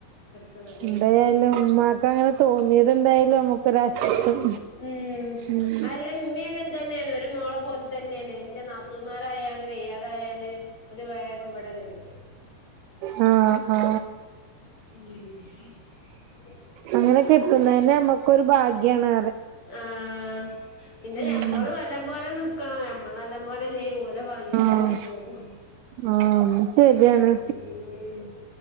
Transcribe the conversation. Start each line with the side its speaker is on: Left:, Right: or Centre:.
Left: കെടുക്കുന്നത്
Right: എന്തായാലും ഉമ്മാക്ക് അങ്ങനെ തോന്നിയത് എന്തായാലും നമ്മുക്കൊരാശ്വാസം
Left: ഉംഉം
Right: ഉം
Left: അല്ല മ്മേ ഇങ്ങ്- ഇത് തന്നെയാണ് ഒരു മോളെ പോലെ തന്നെയാണ് എന്റെ നാത്തൂമാരായാല് വയ്യാതായാല്- ഒരു വേഗം ഇവടെ വരും.
Right: ആ ആ
Left: <unintelligible>
Right: അങ്ങനെൊക്കെട്ടുന്നന്നെ നമൊക്കൊരു ഭാഗ്യണ്
Left: ആഹ് പിന്നെ ഞമ്മള്
Right: ഉം
Left: വല്ലംപോലെ നിക്കണം യം മ്മ നല്ലംപോലെല്ലേങ്ങു ഓലെ ഭാഗ്യക്കേടും
Right: ആഹ്
Left: പോകും.
Right: ആഹ് അതും ശരിയാണ്
Left: ഉം.